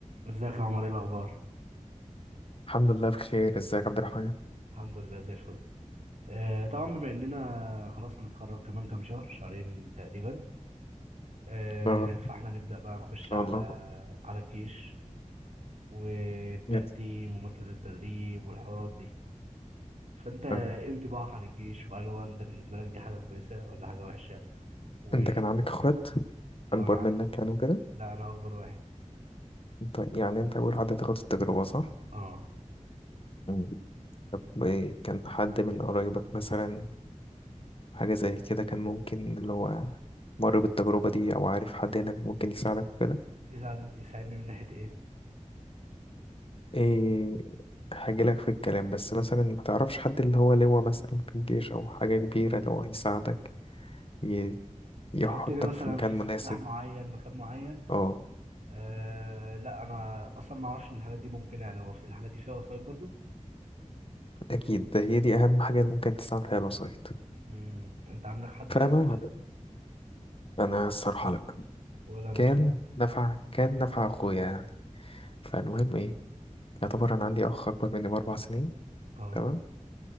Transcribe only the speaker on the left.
الحمد لله بخير ازيك يا عبد الرحمن
اه
ان
شاء
الله
يس
اه
انت كان عندك اخوات
اكبر
منك يعني وكده
انت يعني انت اول حد هتاخد التجربة صح
مم. طب ايه، كان حد من قرايبك مثلا حاجة زي كده كان ممكن اللي هو مر بالتجربة دي او عارف حد هنا ممكن يساعدك وكده
ايه هجيلك في الكلام بس مثلا ما تعرفش حد اللي هو لواء مثلا في الجيش او حاجة كبيرة اللي هو يساعدك ي- يحطك
في مكان
مناسب
اه
أكيد ده هي دي أهم حاجة ممكن تستعمل فيها الوسايط
فاهمة
يعني أنا الصراحة لأ
كان
نفع كان نفع أخويا يعني فالمهم إيه يعتبر أنا عندي أخ أكبر مني بأربع سنين
تمام